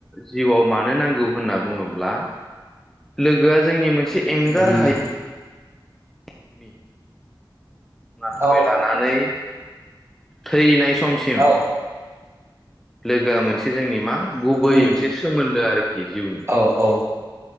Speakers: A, in the centre; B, on the right.
A: जिउवाव मानो नांगौ होनना बुङोब्ला लोगोआ जोंनि मोनसे एंगार
B: उम
A: हायि <inaudible> नाथाय
B: औ
A: लानानै थैनाय समसिम
B: औ
A: लोगोआ मोनसे जोंनि मा गुबै
B: उम
A: मोनसे सोमोनदो आरोखि जिउनि।
B: औ औ